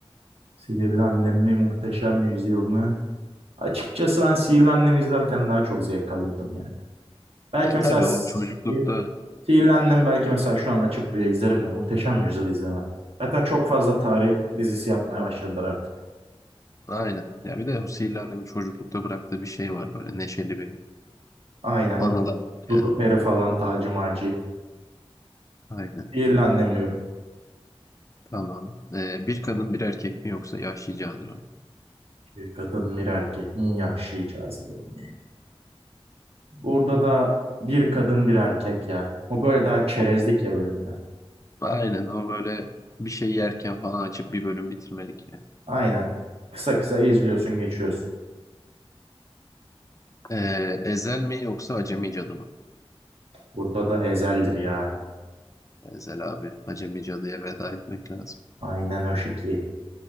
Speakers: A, on the right; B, on the left.
A: Sihirli Annem mi Muhteşem Yüzyıl mı? Açıkçası ben Sihirli Annem izlerken daha çok zevk alıyordum Belki
B: Ya
A: mesela
B: tabii
A: si-
B: o çocuklukta
A: sihirlendim belki mesela şu an açıp bile izlerim de muhteşem yüzyıl izlemem. Zaten çok fazla tarih dizisi yapmaya başladılar artık.
B: aynen. Ya bir de o Sihirli Annem'in çocuklukta bıraktığı bir şey var böyle neşeli bir
A: Aynen
B: anılar
A: o Du-
B: var
A: Dudu
B: yani.
A: Peri falan Taci Maci.
B: Aynen.
A: Sihirlendim diyorum.
B: Tamam. E, bir kadın bir erkek mi yoksa Yahşi Candır
A: Bir kadın bir erkek mi yaşlı cazibemi. Burada da bir kadın bir erkek ya. O böyle daha çerezlik ya bölümler.
B: Aynen ama böyle bir şey yerken falan açıp bir bölüm bitirmelik yani.
A: Aynen. Kısa kısa izliyorsun geçiyorsun.
B: Ee, Ezel mi yoksa Acemi Cadı mı?
A: Burada da Ezel'dir ya.
B: Ezel abi. Acemi Cadı'ya veda etmek lazım.
A: Aynen o şekil.